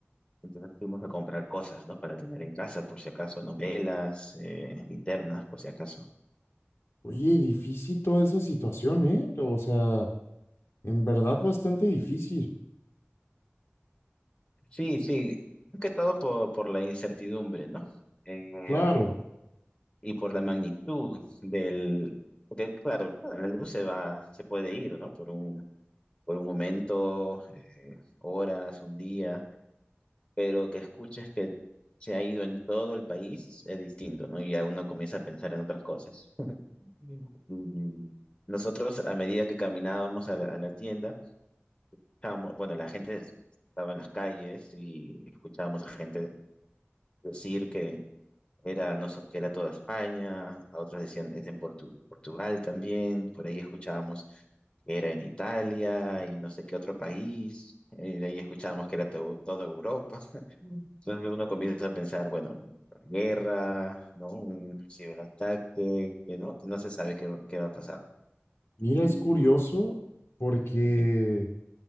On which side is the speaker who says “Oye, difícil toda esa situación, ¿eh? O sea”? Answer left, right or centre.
Left